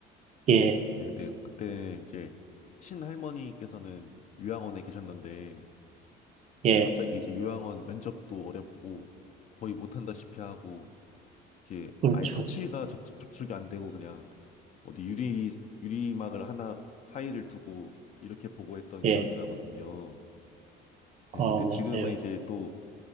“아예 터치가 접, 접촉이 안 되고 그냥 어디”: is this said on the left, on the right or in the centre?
Left